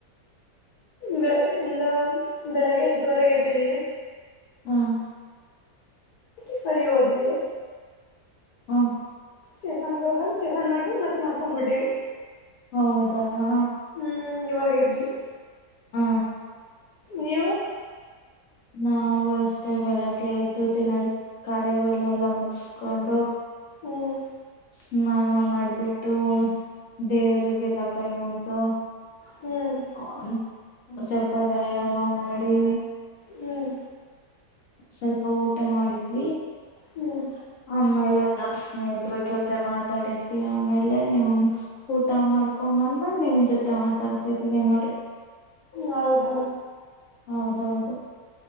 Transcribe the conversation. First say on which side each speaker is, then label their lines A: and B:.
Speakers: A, on the left; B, on the left.
A: ಬೆಳಗ್ಗೆ ಇಂದ ಬೆಳಗ್ಗೆ ಎಂಟುವರೆಗೆದ್ದ್ವಿ.
B: ಹ್ಮ.
A: ಟಿಫನಿಗೆ ಹೋದ್ವಿ.
B: ಹ್ಮ.
A: ಟಿಫನ್ ಗೆ ಹೋಗಿ ಬಂದ್ ಟಿಫಾನ್ ಮಾಡ್ಬಂದ್ ಮತ್ ಮಲ್ಕೊಂಡ್ಬಿಟ್ವಿ.
B: ಹೌದಾ ಹ.
A: ಹ್ಮ್ ಇವಾಗ್ ಎದ್ದಿವಿ.
B: ಹ್ಮ.
A: ನೀವು.
B: ನಾವವು ಅಷ್ಟೇ ಬೆಳಗ್ಗೆ ಎದ್ದು ದಿನದ ಕಾರ್ಯಗಳನ್ನೆಲ್ಲ ಮುಗಸ್ಕೊಂಡು.
A: ಹ್ಮ್.
B: ಸ್ನಾನ ಮಾಡ್ಬಿಟ್ಟು ದೇವರಿಗೆಲ್ಲ ಕೈಮುಗಿದು.
A: ಹ್ಮ್
B: <inaudible> ಸ್ವಲ್ಪ ವ್ಯಾಯಾಮ ಮಾಡಿ.
A: ಹ್ಮ್.
B: ಸ್ವಲ್ಪ ಊಟ ಮಾಡಿದ್ವಿ
A: ಹ್ಮ್
B: ಆಮೇಲೆ ನಮ್ ಸ್ನೇಹಿತರ ಜೊತೆ ಮಾತಾಡಿದ್ವಿ ಆಮೇಲೆ ನಿಮ್ ಊಟ ಮಾಡ್ಕೊಂಡ್ ಬಂದು ನಿಮ್ ಜೊತೆ ಮಾತಾಡ್ತಿದೀನೀ ನೋಡಿ.
A: ಹೌದ.
B: ಹೌದೌದು.